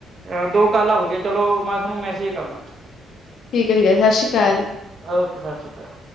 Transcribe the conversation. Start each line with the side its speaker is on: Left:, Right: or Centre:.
Right: ਅ ਦੋ ਕਾਲਾ ਹੋ ਗਿਆ, ਚਲੋ ਮੈਂ ਤੁਹਾਨੂੰ ਮੈਸੇਜ ਕਰਦਾ।
Left: ਠੀਕ ਐ ਠੀਕ ਐ, ਸਤਿ ਸ਼੍ਰੀ ਅਕਾਲ।
Right: ਓਕੇ, ਸਤਿ ਸ਼੍ਰੀ ਅਕਾਲ।